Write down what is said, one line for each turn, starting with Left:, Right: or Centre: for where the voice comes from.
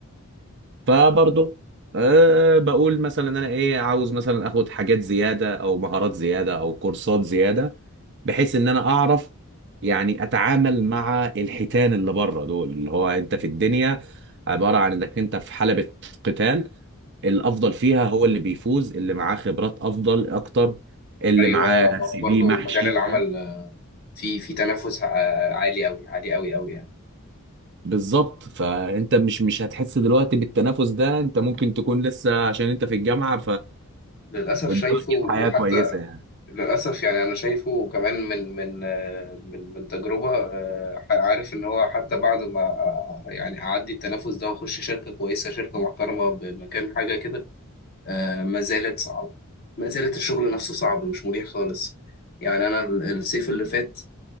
Right: فبرضه أه بقول مثلا انا ايه عاوز مثلا اخد حاجات زياده او مهارات زياده او كورسات زياده بحيث ان انا اعرف يعني اتعامل مع الحيتان اللي بره دول اللي هو انت في الدنيا عباره عن انك انت في حلبة قتال الافضل فيها هو اللي بيفوز اللي معاه خبرات افضل اكتر اللي
Left: ايوه
Right: اه معاه
Left: آه، ما
Right: سي
Left: هو برضه
Right: في محشي
Left: مجال العمل آه، في في تنافس آه، عالي قوي عالي قوي قوي يعني
Right: بالظبط فانت مش مش هتحس دلوقتي بالتنافس ده انت ممكن تكون لسه عشان انت في الجامعه
Left: للاسف
Right: والدنيا
Left: شايفه وحتى
Right: الحياة كويسة يعني
Left: للاسف يعني انا شايفه كمان من من آه، من من تجربه آه، عارف ان هو حتى بعد ما آه، يعني اعدي التنافس ده واخش شركه كويسه شركه محترمه بمكان حاجه كده آه، ما زالت صعبه ما زالت الشغل نفسه صعب مش مريح خالص يعني انا ال- الصيف اللي فات